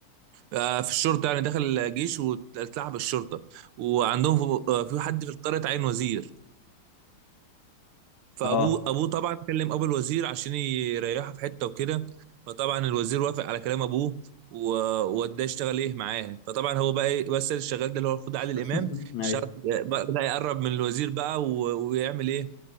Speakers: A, on the right (about 80°); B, on the left (about 65°).
A: آه، في الشرطه يعني دخل الجيش واتلعب الشرطه وعندهم في آه، في حد في القريه اتعين وزير فابوه
B: اه
A: ابوه طبعا كلم ابو الوزير عشان يريحه في حته وكده فطبعا الوزير وافق على كلام ابوه و- ووداه يشتغل ايه معاه فطبعا هو بقى ايه بس الشغال ده اللي هو المفروض
B: <laughs>
A: علي الامام
B: ايوه
A: اشتغل بقى بقى يقرب من الوزير بقى و- ويعمل ايه